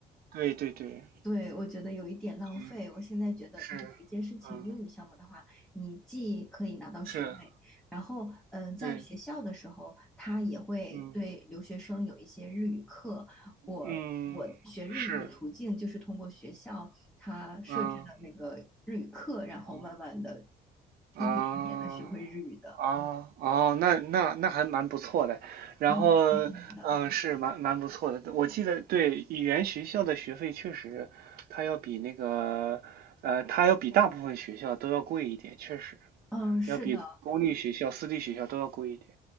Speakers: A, on the right (about 65°); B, in the centre.
A: 对对对
B: 对，我觉得有一点浪费。
A: 对，
B: 我现在觉得，
A: 是，
B: 就是直接申请英语项目的话，
A: 嗯，
B: 你既可以拿到学位，
A: 是，
B: 然后，嗯、在学校的时候，
A: 对，
B: 他也会对留学生有一些日语课。
A: 嗯
B: 我我学日语的途径就是通过学校他设置的那个日语课，
A: 嗯，是，嗯
B: 然后慢慢的
A: 嗯啊
B: 一点一点的学会日语的。
A: 啊哦，那那那还蛮不错的。然后，
B: 嗯，是这样的，
A: 嗯，是蛮蛮不错的。我记得，对，语言学校的学费确实，它要比那个，呃，它要比大部分学校都要贵一点，确实。
B: 嗯，是的，
A: 要比公立学校、私立学校都要贵一点。